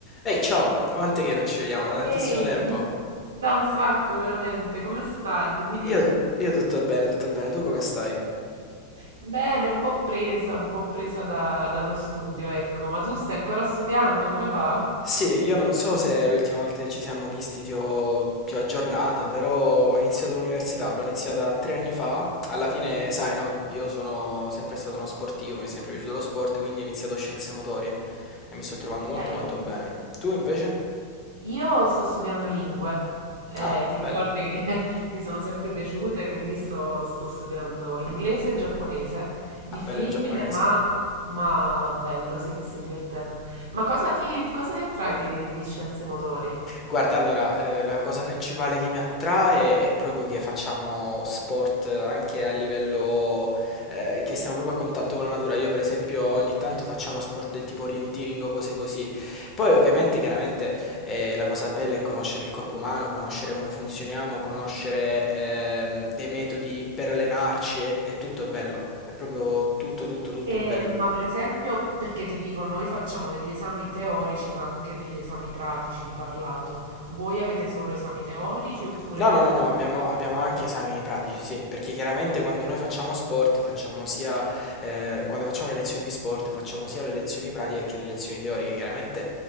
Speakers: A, on the left (about 25°); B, on the right (about 65°).
A: Ehi, ciao, davanti che non ci vediamo da tantissimo
B: Ehi,
A: tempo.
B: d- da un sacco veramente, come stai? Che mi dici?
A: Io, io tutto bene, tutto bene, tu come stai?
B: Bene, un po' presa, un po' presa da- dallo studio, ecco, ma tu stai ancora studiando, come va?
A: Sì, io non so se l'ultima volta che ci siamo visti ti ho, ti ho aggiornata, però ho iniziato l'università, l'ho iniziata tre anni fa. Alla fine,
B: Ah,
A: sai, no, io sono sempre stato uno sportivo, mi è sempre piaciuto lo sport, quindi ho iniziato scienze motorie e mi sto trovando molto
B: Bello.
A: molto bene. Tu invece?
B: Io sto studiando lingue, Eh,
A: Ah,
B: ti ricordi
A: bello.
B: che <laughs> mi sono sempre piaciute, quindi sto, sto studiando inglese e giapponese, difficile
A: Ah, bello il giapponese.
B: ma, ma bello, sì, mi sto divertendo. Ma cosa ti, cosa ti attrae di, di scienze motorie?
A: Guarda, allora, ehm, la cosa principale che mi attrae è proprio che facciamo sport eh, anche a livello ehm, che stiamo proprio a contatto con la natura. Io per esempio ogni tanto facciamo sport del tipo orienteering o cose così. Poi ovviamente chiaramente, ehm, la cosa bella è conoscere il corpo umano, conoscere come funzioniamo, conoscere, ehm, dei metodi per allenarci, è è tutto bello. È proprio tutto, tutto, tutto
B: Eh,
A: bello.
B: ma per esempio, perché ti dico, noi facciamo degli esami teorici, ma anche degli esami pratici di parlato. Voi avete solo esami teorici oppure
A: No, no, no, no,
B: fate
A: abbiamo,
B: anche
A: abbiamo anche esami pratici, sì, perché chiaramente quando noi facciamo sport, facciamo sia, eh, quando facciamo le lezioni di sport, facciamo sia le lezioni pratiche che le lezioni teoriche. Chiaramente